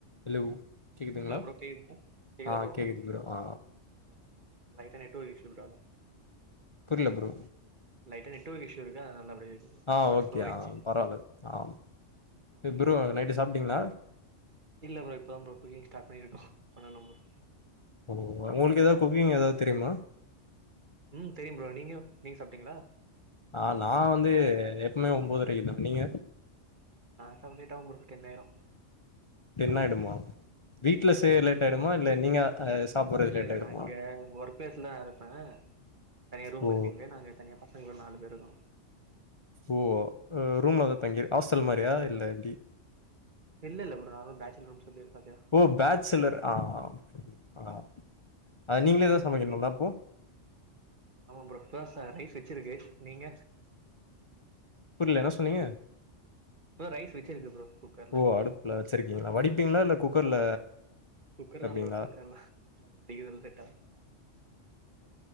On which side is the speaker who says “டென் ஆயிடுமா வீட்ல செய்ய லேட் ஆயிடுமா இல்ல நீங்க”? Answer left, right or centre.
Left